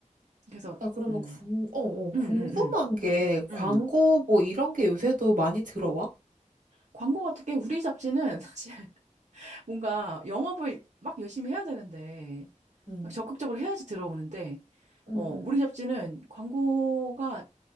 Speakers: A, on the right; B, on the right.
A: 그래서,
B: 나 그러면
A: 음,
B: 궁, 어, 어, 궁금한
A: 음, 음, 음,
B: 게 광고
A: 음.
B: 뭐 이런 게 요새도 많이 들어와?
A: 광고 같은 게 우리 잡지는 <laughs> 사실 뭔가 영업을 막 열심히 해야 되는데
B: 음,
A: 적극적으로 해야지 들어오는데,
B: 음,
A: 어,
B: 음.
A: 우리 잡지는 광고가